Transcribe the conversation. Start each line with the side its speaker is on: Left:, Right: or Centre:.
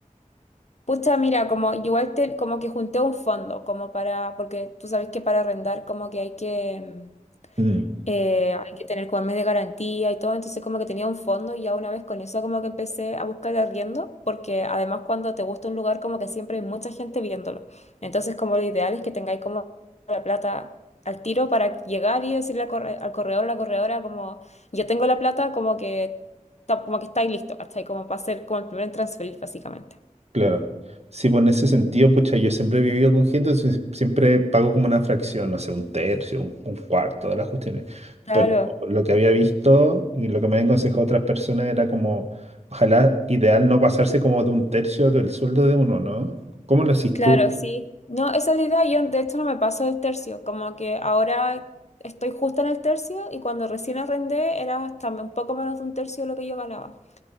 Left: pucha, mira, como igual te- como que junté un fondo, como para, porque tú sabes que para arrendar como que hay que, mm,
Right: Mm.
Left: eh, hay que tener como el mes de garantía y todo, entonces como que tenía un fondo y ya una vez con eso como que empecé a buscar arriendo, porque además cuando te gusta un lugar como que siempre hay mucha gente viéndolo, entonces como lo ideal es que tengáis como la plata al tiro para llegar y decirle al corre- al corredor, la corredora como yo tengo la plata, como que, ta- como que estáis listo, ¿cachai? Como para hacer como el primer en transferir básicamente.
Right: Claro. Sí, pues en ese sentido, pucha, yo siempre he vivido con gente, entonces siempre pago como una fracción, no sé, un tercio, un, un cuarto de las cuestiones.
Left: Claro.
Right: Pero lo que había visto y lo que me habían aconsejado otras personas era como, ojalá ideal no pasarse como de un tercio del sueldo de uno, ¿no? ¿Cómo lo haces
Left: Claro,
Right: tú?
Left: sí. No, esa es la idea. Yo de hecho no me paso del tercio. Como que ahora estoy justo en el tercio y cuando recién arrendé era hasta un poco menos de un tercio de lo que yo ganaba.